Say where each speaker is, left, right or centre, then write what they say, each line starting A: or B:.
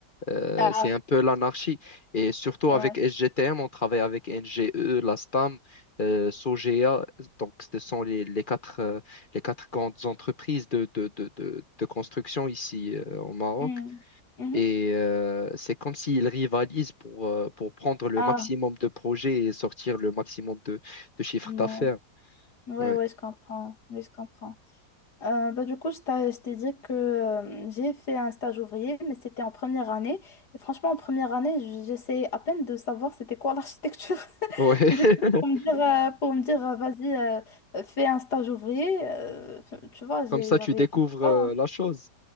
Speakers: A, on the left; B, on the left.
A: Euh,
B: Ah,
A: c'est un peu l'anarchie. Et surtout
B: ouais.
A: avec SGTM, on travaille avec NGE, la STAM, euh, Sogea. Donc, ce sont les, les quatre, euh, les quatre grandes entreprises de, de, de, de, de construction ici euh, au Maroc.
B: Hmm. Mhm.
A: Et euh, c'est comme s'ils rivalisent pour, euh, pour prendre le
B: Ah,
A: maximum de projets et sortir le maximum de, de chiffres
B: ouais.
A: d'affaires.
B: Ouais,
A: Ouais.
B: ouais, je comprends. Oui, je comprends. Euh, bah, du coup, je t'ai je t'ai dit que euh, j'ai fait un stage ouvrier, mais c'était en première année. Et franchement, en première année, j- j'essayais à peine de savoir c'était quoi l'architecture. <laughs>
A: Ouais.
B: Du
A: <laughs>
B: coup, pour me dire, euh, pour me dire euh, vas-y, euh, fais un stage ouvrier, euh, tu vois, j'ai-
A: Comme ça,
B: j'avais,
A: tu découvres
B: je sais pas.
A: euh, la chose.